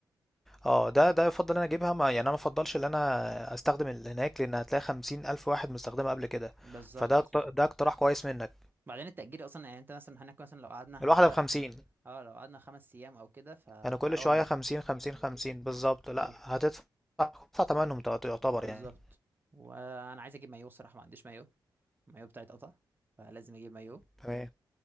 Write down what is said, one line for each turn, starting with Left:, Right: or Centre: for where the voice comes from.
Centre: اه ده ده يفضل انا اجيبها ما يعني انا ما افضلش ان انا استخدم اللي هناك لان هتلاقي خمسين الف واحد مستخدمها قبل كده
Right: بالظبط
Centre: فده اقت-
Right: بالظبط.
Centre: ده اقتراح كويس منك
Right: بعدين التأجير أصلا يعني أنت مثلا هناك مثلا لو قعدنا حبة
Centre: الواحده بخمسين
Right: اه لو قعدنا خمس ايام او كده فحرام
Centre: يعني كل شوية
Right: يعني
Centre: خمسين خمسين خمسين بالظبط
Right: بالظبط
Centre: لا هتدفع هتدفع تمنهم تق- يعتبر
Right: بالظبط
Centre: يعني
Right: وانا عايز اجيب مايو الصراحه ما عنديش مايو المايو بتاعي اتقطع فلازم اجيب مايو
Centre: تمام